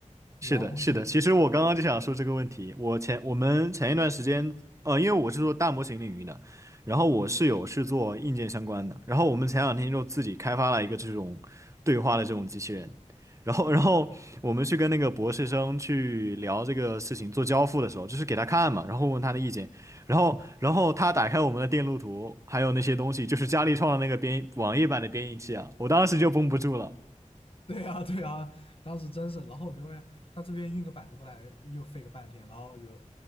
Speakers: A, on the right (about 25°); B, on the left (about 45°).
A: 是的，
B: 然后我就
A: 是的。其实我刚刚就想说这个问题。我前我们前一段时间，呃，因为我是做大模型领域的，然后我室友是做硬件相关的，
B: 嗯，
A: 然后我们前两天就自己开发了一个这种对话的这种机器人，然后然后我们去跟那个博士生去聊这个事情，做交付的时候，就是给他看嘛，然后问他的意见，然后然后他打开我们的电路图，还有那些东西，就是佳立创的那个编译网页版的编译器啊，我当时就绷不住了。
B: <laughs> 对啊，对啊，当时真是，然后我就会他这边运个板子过来，又费个半天，然后有